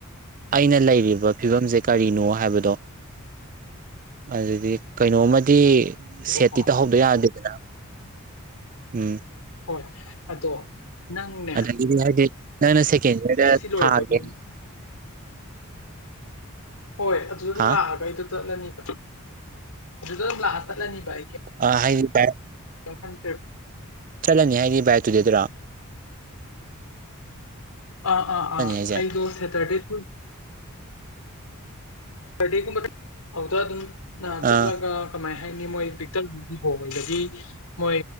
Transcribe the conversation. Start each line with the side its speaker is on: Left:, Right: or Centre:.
Right: ꯑꯩꯅ ꯂꯩꯔꯤꯕ ꯐꯤꯕꯝꯁꯦ ꯀꯔꯤꯅꯣ ꯍꯥꯏꯕꯗꯣ ꯑꯗꯨꯗꯤ ꯀꯩꯅꯣꯝꯃꯗꯤ
Left: ꯋꯥꯔꯦꯕꯀꯣ
Right: ꯁꯦꯠꯇꯤ ꯇꯧꯍꯧꯗ ꯌꯥꯗꯦꯗꯅ ꯎꯝ
Left: ꯍꯣꯏ ꯑꯗꯣ ꯅꯪꯅꯦ
Right: ꯑꯗꯨꯗꯒꯤꯗꯤ ꯍꯥꯏꯗꯤ ꯅꯪꯅ ꯁꯦꯀꯦꯟ ꯏꯌꯥꯔꯗ
Left: ꯁꯤ ꯂꯣꯏꯔꯒ
Right: ꯊꯥꯒꯦ
Left: ꯑꯗꯨꯝ ꯍꯣꯏ ꯑꯗꯨꯗ ꯑꯗꯨꯝ
Right: ꯍꯥ
Left: ꯂꯥꯛꯑꯒ ꯑꯩꯗꯣ ꯆꯠꯂꯅꯦꯕ ꯑꯗꯨꯗ ꯑꯗꯨꯝ ꯂꯥꯛꯑ ꯆꯠꯂꯅꯦꯕ ꯑꯩ
Right: ꯑ ꯍꯌꯦꯡ ꯇꯥꯢ
Left: ꯀꯌꯤꯝ ꯈꯟꯗ꯭ꯔꯦ
Right: ꯆꯠꯂꯅꯤ ꯍꯥꯏꯗꯤ ꯚꯥꯏ ꯑꯗꯨꯗꯩꯗꯨꯔꯥ
Left: ꯑꯥ ꯑꯥ ꯑꯥ
Right: ꯍꯥꯏꯁꯦ
Left: ꯑꯩꯗꯣ ꯁꯦꯇꯔꯗꯦꯁꯨ ꯁꯇꯔꯗꯦꯒꯨꯝꯕꯥꯗ ꯑꯧꯗꯨꯗ ꯑꯗꯨꯝ ꯑ ꯆꯠꯂꯒ
Right: ꯑꯥ
Left: ꯀꯃꯥꯏ ꯍꯥꯏꯅꯤ ꯃꯣꯏ ꯄꯤꯛ ꯇꯟꯕꯨꯗꯤ ꯍꯣꯡꯕꯒꯤ ꯃꯣꯏ